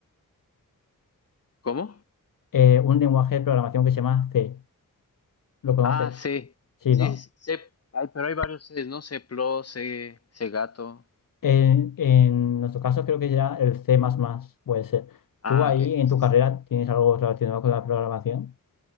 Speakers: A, on the left (about 45°); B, on the left (about 70°).
A: ¿Cómo?
B: eh, un lenguaje de programación que se llama C. ¿Lo conoces?
A: Ah, sí.
B: Sí,
A: Sí,
B: ¿no?
A: sí, sí. C. Ay, pero hay varios Cs, ¿no? C++, C, C gato.
B: En, en nuestro caso creo que ya el C++ puede ser.
A: Ah,
B: ¿Tú ahí
A: ok.
B: en
A: Sí,
B: tu carrera
A: sí.
B: tienes algo relacionado con la programación?